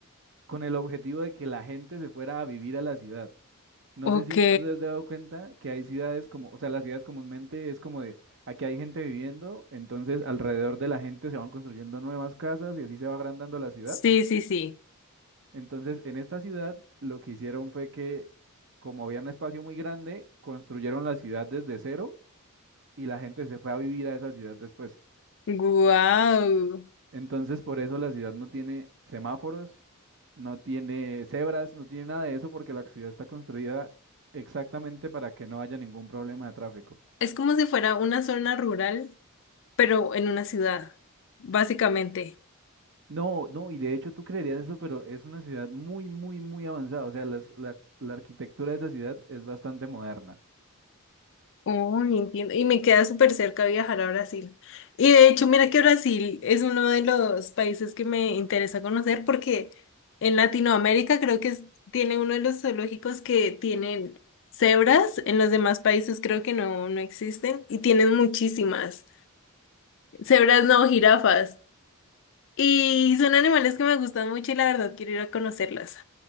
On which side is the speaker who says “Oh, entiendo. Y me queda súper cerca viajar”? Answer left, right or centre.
Left